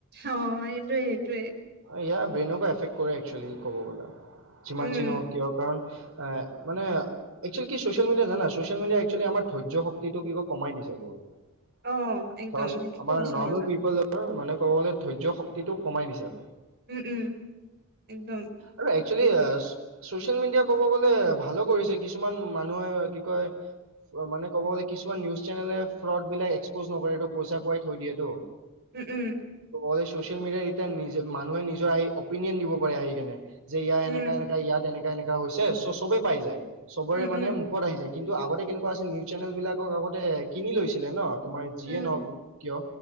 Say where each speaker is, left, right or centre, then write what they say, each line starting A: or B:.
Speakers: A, on the right (about 50°); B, on the right (about 70°).
A: অহ এইটোয়ে, এইটোয়ে।
B: ইয়াৰ ব্ৰেইনকো এফেক্ট কৰে একচুৱেলি ক'ব গ'লে যিমান
A: উম,
B: যিহওক কিয় কাৰণ মানে এক্সুৱেলি কি ছ'চিয়েল মিডিয়া জানা ছ'চিয়েল মিডিয়াই এক্সুৱেলি আমাৰ ধৈয্য শক্তিটো কি কমাই দিছে। <unintelligible>
A: অ', একদম
B: ধৰাচোন
A: সেইটোতো
B: আমাৰ
A: সঁচা
B: নৰ্মেল
A: কথা
B: পিপল মানে ক'ব গ'লে ধৈৰ্য্য শক্তিটো কমাই নিছে।
A: উম, উম, একদম।
B: আৰু একচেলি অ চ চচিয়েল মিডিয়া কব গ'লে ভালো কৰিছে কিছুমান মানুহে কি কয় মানে ক'ব গ'লে কিছুমান নিউজ চেনেলে ফ্ৰড বিলাক এক্সপ'জ নকৰে এইটো পইচা খুৱাই থৈ দিয়েটো।
A: উম, উম।
B: ত ক'লে ছচিয়েল মিডিয়াত এতিয়া নিজে মানুহে নিজৰ আহি অপিনিয়ন দিব পাৰে আহি কেনে। যে ইয়াৰ
A: উম,
B: এনেকা-এনেকা ইয়াত এনেকা-এনেকা হৈছে চ' চবেই পাই যায়। চবৰে
A: উম,
B: মানে
A: উম,
B: মুখ ত আহি যাই। কিন্তু আগতে কেনেকোৱা আছিল নিউজ চেনেল বিলাকক আগতে কিনি লৈছিলে ন! তোমাৰ যিয়ে
A: উম,
B: নহওক কিয়